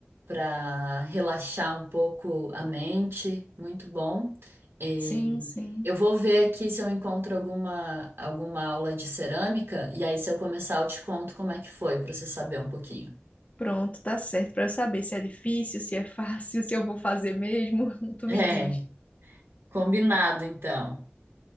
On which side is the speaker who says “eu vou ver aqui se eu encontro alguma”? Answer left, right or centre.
Right